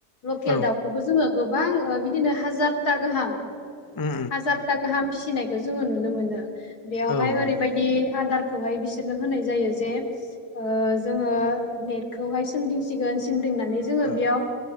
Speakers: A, on the left (about 85°); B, on the left (about 25°).
A: लकेल
B: औ
A: दाउखौबो जोङो गोबां बिदिनो हाजारटा गाहाम हाजारथा
B: उम
A: गाहाम फिसिनायखौ जोङो नुनो मोनो। बेवहाय
B: औ
A: ओरैबायदि
B: नुयो
A: आदार खौहाय बिसोरनो होनाय जायो जे ओ जोङो नेटखौहाय सोंदिंसिगोन सों दिंनानै जोङो
B: औ
A: बेयाव